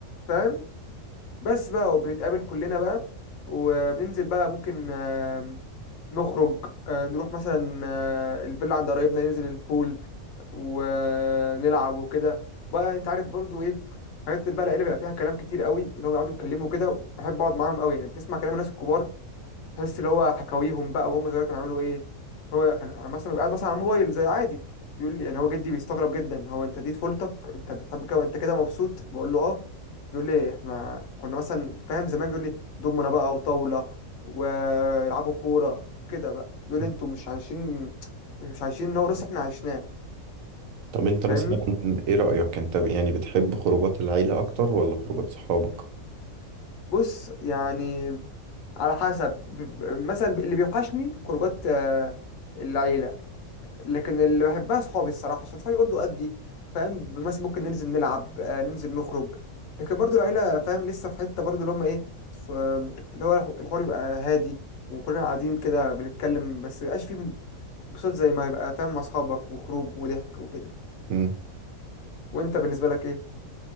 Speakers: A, on the left; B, on the right.
A: فاهم بس بقى وبنتقابل كلنا بقى وبننزل بقى ممكن آه، نخرج آه، نروح مثلا آه، الفيلا عند قرايبنا ننزل البول ونلعب وكده بقى انت عارف برضو ايه حاجات بقى العيله بيبقى فيها كلام كتير قوي اللي هو بيقعدوا يتكلموا كده بحب اقعد معاهم قوي يعني بتسمع كلام الناس الكبار تحس اللي هو حكاويهم بقى وهم صغير كانوا بيعملوا ايه هو كان مثلا بيبقى قاعد مثلا على الموبايل زي عادي يقول لي يعني هو جدي بيستغرب جدا هو انت دي طفولتك انت بتحب كده انت كده مبسوط بقول له اه بيقول لي احنا كنا مثلا فاهم زمان بيقول لي دومنا بقى وطاوله ويلعبوا كوره وكده بقى بيقول
B: مم.
A: لي انتوا مش عايشين مش عايشين نو نص احنا عشناه
B: طب انت مثلا
A: فاهمني
B: ايه رأيك انت ب- يعني بتحب خروجات العيلة اكتر ولا خروجات صحابك
A: بص يعني على حسب ب- مثلا اللي بيوحشني خروجات آه، العيلة لكن اللي بحبها صحابي الصراحة عشان صحابي برضه قدي فاهم مثلا ممكن ننزل نلعب آه، ننزل نخرج لكن برضه العيلة فاهم لسه في حتة برضه اللي هم ايه س- اللي هو الحوار يبقى هادي وكلنا قاعدين كده بنتكلم بس ميبقاش فيه انبساط زي ما هيبقى فاهم مع أصحابك وخروج وضحك وكده
B: مم.
A: وانت بالنسبة لك ايه؟